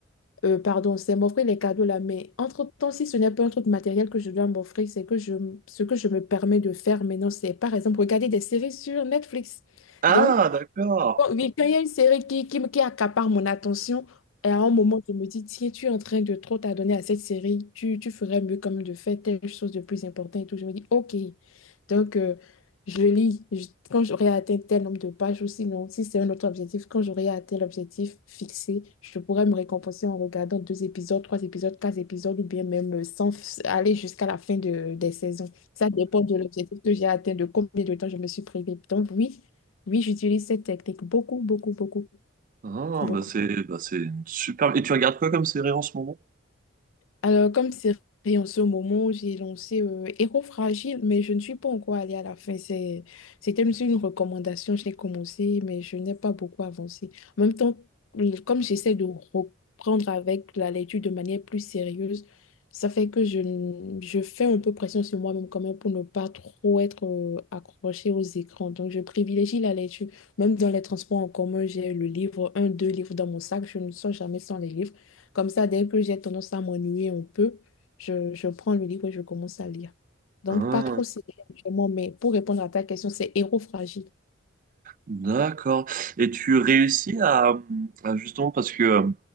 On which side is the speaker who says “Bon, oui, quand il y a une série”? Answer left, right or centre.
Left